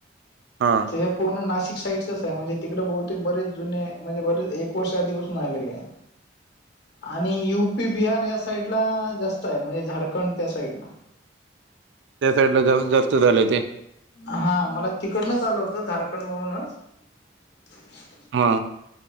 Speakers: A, on the right (about 70°); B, on the left (about 60°).
A: <inaudible> हा.
B: हे पूर्ण नाशिक साईडचच आहे म्हणजे तिकडं बहुतेक बरेच जुने म्हणजे बरेच एक वर्ष आधीपासून आलेले आहे.
A: <inaudible>
B: आणि यूपी, बिहार या साईड ला जास्त आहे म्हणजे झारखंड त्या साईडला.
A: त्या साईडला जाऊन जास्त झालंय ते.
B: हा मला तिकडनच आलं होतं झारखंड वरूनच. <inaudible>
A: हा.